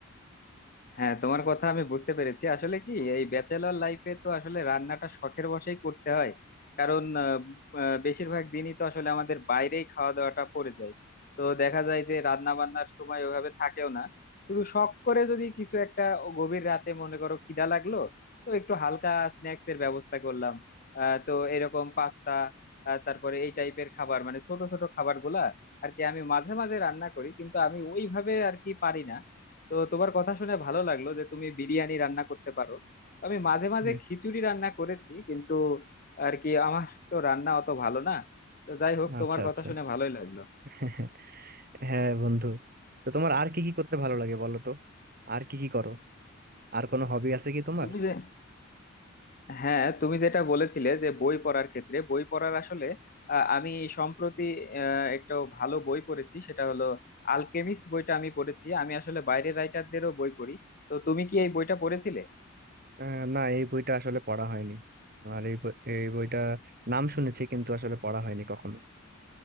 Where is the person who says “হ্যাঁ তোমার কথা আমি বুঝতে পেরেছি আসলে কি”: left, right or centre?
Left